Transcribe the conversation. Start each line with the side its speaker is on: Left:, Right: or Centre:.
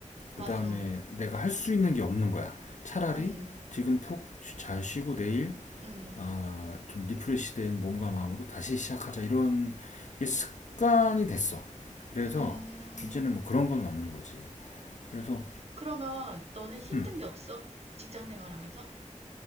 Right: 맞아,
Left: 그 다음에 내가 할 수 있는 게 없는 거야. 차라리
Right: 응,
Left: 지금 푹 잘 쉬고 내일
Right: 응,
Left: 어, 좀 리프레시된 몸과 마음으로 다시 시작하자 이런 게 습관이 됐어. 그래서
Right: 음.
Left: 이제는 뭐 그런 건 없는 거지. 그래서
Right: 그러면 너네 힘든
Left: 음,
Right: 게 없어? 직장 생활하면서?